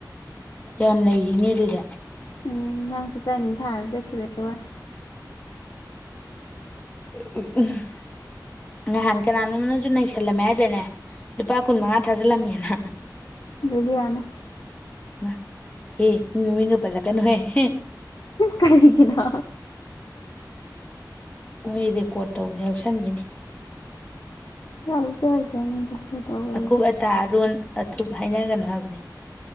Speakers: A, on the left; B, on the left.
A: ꯌꯥꯝ ꯂꯩꯔꯤꯅꯦ ꯑꯗꯨꯗꯤ꯫
B: ꯎꯝ ꯅꯪ ꯆꯠ ꯆꯅꯤꯡ ꯁꯥꯅ ꯆꯠꯈꯤꯕꯩ ꯋꯥꯅꯤ꯫
A: <unintelligible> ꯅꯍꯥꯟ ꯀꯅꯥꯅꯣꯝꯅꯁꯨ ꯅꯩꯁꯜꯂꯝꯃꯦ ꯍꯥꯏꯗꯦꯅꯦ ꯂꯨꯄꯥ ꯀꯨꯟꯃꯉꯥ ꯊꯥꯖꯤꯜꯂꯝꯃꯦꯅ꯫
B: ꯨꯖꯨꯂꯤꯌꯥꯅ
A: ꯏꯃꯥ ꯍ‌ꯦ ꯃꯤ ꯃꯥꯃꯤꯡꯒꯥ ꯄꯜꯂꯛꯀꯩꯅ‌ꯨꯍ‌ꯦ
B: ꯀꯔꯤꯒꯤꯅꯥ
A: ꯃꯣꯏ ꯔꯦꯀꯣꯔꯠ ꯇꯧꯕꯅꯦ ꯌꯥꯎꯁꯟꯈꯤꯅꯤ
B: ꯌꯥꯎꯖꯖꯅꯤꯗ ꯀꯩꯗꯧꯋꯦꯒꯦ
A: ꯑꯀꯨꯞ ꯑꯇꯥ ꯑꯔꯣꯟ ꯑꯊꯨꯞ ꯍꯥꯏꯅꯒꯅꯨ ꯍꯥꯏꯕꯅꯤ